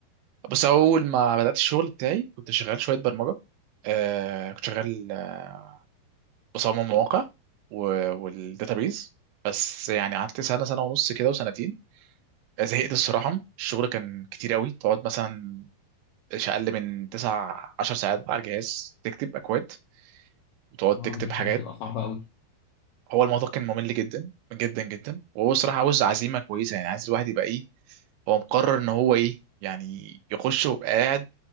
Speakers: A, on the right (about 85°); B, on the left (about 80°).
A: بس اول ما بدات الشغل بتاعي كنت شغال شويه برمجه آه كنت شغال آه، بصمم مواقع و- والداتابيز بس يعني قعدت سنه سنه ونص كده وسنتين زهقت الصراحه الشغل كان كتير قوي تقعد مثلا مش اقل من 9 10 ساعات على الجهاز تكتب اكواد وتقعد تكتب
B: أه دي حاجة
A: حاجات
B: بتبقى صعبة أوي
A: هو الموضوع كان ممل جدا جدا جدا وهو الصراحه عاوز عزيمه كويسه يعني عايز الواحد يبقى ايه هو مقرر ان هو ايه يعني يخش وقاعد